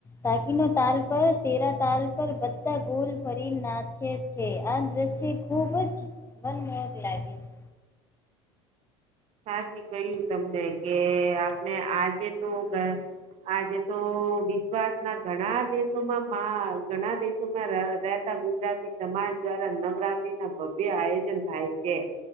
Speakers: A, on the left (about 20°); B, on the right (about 50°).
A: તાકીનો તાલ પર તેરા તાલ પર બદધા ગોલ ફરીન નાચે છે આ દ્રશ્ય ખુબ જ મનમોહક લાગે છે‌.
B: સાચી કહ્યું તમને કે આપણે આજે તો આજે તો વિશ્વાસ ના ઘણા દેશોમાં ઘણા દેશોમાં ગુજરાતી સમાજ દ્વારા નવરાત્રી ના ભવ્ય આયોજન થાય છે.